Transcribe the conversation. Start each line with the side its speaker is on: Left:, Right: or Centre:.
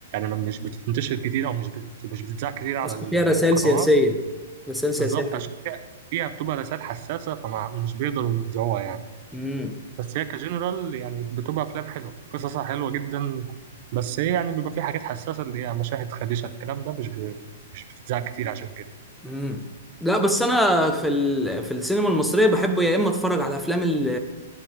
Right: مش بتنتشر كتير أو مش بت... مش بتتذاع كتير على
Centre: بس
Right: القنوات
Centre: فيها رسائل سياسية رسائل سياسية
Right: بالظبط
Centre: حلوة
Right: عشان فيها فيها بتبقى رسائل حساسة فمش بيقدروا يذاعوها يعني
Centre: امم
Right: بس هي كجنرال يعني بتبقى افلام حلوه قصصها حلوه جدا بس هي يعني بيبقى في حاجات حساسه اللي هي مشاهد خديشه الكلام ده مش ب... مش بتتذاع كتير عشان كده
Centre: مم. لا بس انا في ال... في السينما المصريه بحب يا اما اتفرج على افلام ال...